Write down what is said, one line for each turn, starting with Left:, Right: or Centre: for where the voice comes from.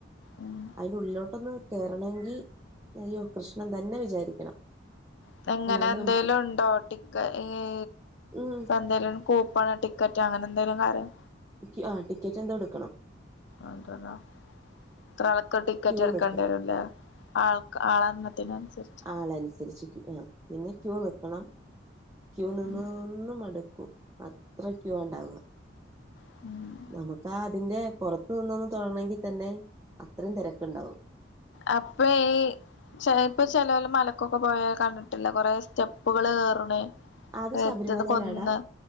Left: ഉം
Right: അയ്ന്റെ ഉള്ളിലോട്ടൊന്ന് കേറണവെങ്കി അയ്യോ കൃഷ്ണൻ തന്നെ വിചാരിക്കണം
Left: പ്പ എങ്ങനെ
Right: അല്ലാണ്ട്
Left: എന്തേലും
Right: നമുക്ക്
Left: ഉണ്ടോ ടിക്ക ഈ ഈ
Right: ഉം
Left: എന്തേലും <unintelligible> കൂപ്പണ് ടിക്കറ്റ് അങ്ങനെ എന്തേയ്ലും കാര്യം
Right: ടിക് ആഹ് ടിക്കറ്റ് എന്തേ ഇട്ക്കണം
Left: അതേ ല്ലേ ഇത്രാ ആൾക്ക് ടിക്കറ്റ്
Right: ക്യൂ
Left: എട്ക്കെണ്ടെരുംല്ലേ
Right: നിക്കണം
Left: ആൾക്ക് ആളണ്ണത്തിനനുസരിച്ച്
Right: ആളനുസരിച്ചിട്ട് ആഹ് പിന്നെ ക്യൂ നിക്കണം ക്യൂ നിന്ന്നിന്ന്
Left: ഉം
Right: മട്ക്കും അത്ര ക്യുവാ ഇണ്ടാവാ
Left: ആഹ്
Right: നമുക്കാതിന്റെ പൊറത്ത് നിന്നൊന്ന് തൊഴണങ്കിൽ തന്നെ അത്രയും തെരക്ക്ണ്ടാവും
Left: അപ്പൊ ഈ ചെൽപ്പൊ ചെലോല് മലക്കൊക്കെ പോയാ കണ്ടിട്ടില്ലേ കൊറേ സ്റ്റെപ്പുകള് കേറ്ണ്
Right: അത് ശബരിമലയിലാടാ
Left: എത്ത്ന്ന കുന്ന്